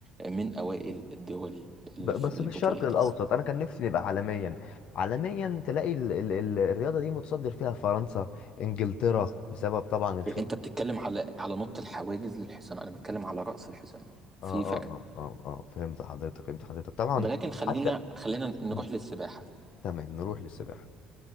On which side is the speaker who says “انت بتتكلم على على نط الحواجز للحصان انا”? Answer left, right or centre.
Right